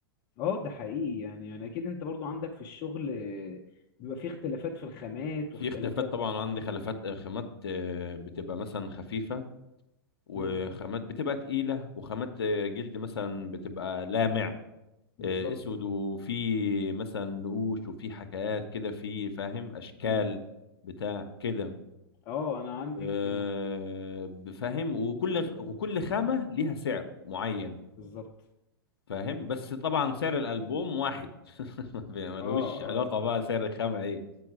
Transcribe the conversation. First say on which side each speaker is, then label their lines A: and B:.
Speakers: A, on the left; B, on the left.
A: اه ده حقيقي يعني يعني اكيد انت برضو عندك في الشغل آه، بيبقى فيه اختلافات في الخامات واختلافات
B: في اختلافات طبعا عندي خلافات آه، خامات آه، بتبقى مثلا خفيفه وخامات
A: امم
B: بتبقى تقيله وخامات آه، جلد مثلا بتبقى لامع
A: بالظبط
B: آه، اسود وفي مثلا نقوش وفي حكايات كده في فاهم اشكال
A: امم
B: بتاع كده
A: اه انا عندي
B: آه،
A: في مح...
B: فاهم وكل وكل خامة ليها سعر معين
A: بالظبط
B: فاهم بس طبعا سعر الألبوم واحد <laughs> ملوش
A: اه
B: علاقة
A: اه ده
B: بقى سعر الخامة ايه